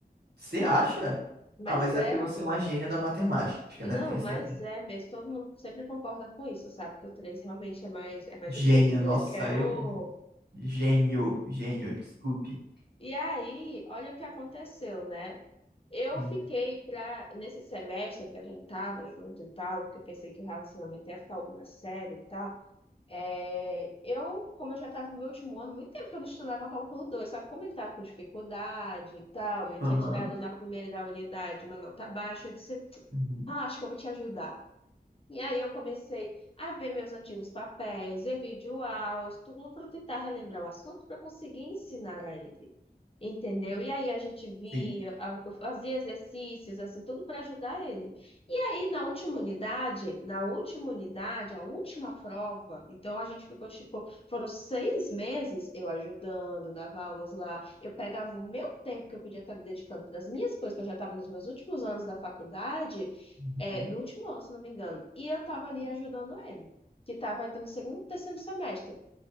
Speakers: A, on the right; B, on the left.
A: Você
B: tá?
A: acha?
B: Mas
A: Ah, mas
B: é,
A: é porque você é uma gênia da matemática,
B: não,
A: né? Tem esse
B: mas
A: detalhe.
B: é mesmo. Todo mundo sempre concorda com isso, sabe? Que o 3 realmente é mais, é mais
A: Gênio,
B: de boas. O 2
A: nossa,
B: que é
A: eu.
B: o.
A: Gênio, gênio, desculpe.
B: E aí, olha o que aconteceu, né? Eu
A: Uhum.
B: fiquei pra, nesse semestre que a gente tava junto e tal, porque eu pensei que o relacionamento ia ficar algo mais sério e tal. É, eu, como eu já estava no meu último ano, muito tempo que eu não estudava cálculo dois só que como ele estava com dificuldade e tal, ele
A: Aham.
B: tinha tirado na primeira da unidade uma nota baixa, eu disse,
A: Uhum.
B: ah, acho que eu vou te ajudar. E aí eu comecei a ver meus antigos papéis, ver videoaulas, tudo para tentar relembrar o assunto para conseguir ensinar a ele. Entendeu? E aí a gente via,
A: Sim.
B: a- eu fazia exercícios, assim, tudo para ajudar ele. E aí na última unidade, na última unidade, a última prova, então a gente ficou tipo, foram seis meses eu ajudando, dava aulas lá, eu pegava o meu tempo que eu podia estar me dedicando para as minhas coisas, que eu já estava nos meus últimos anos da faculdade.
A: Uhum.
B: É, no último ano, se não me engano. E eu tava ali ajudando ele, que tava entrando no segundo, terceiro semestre.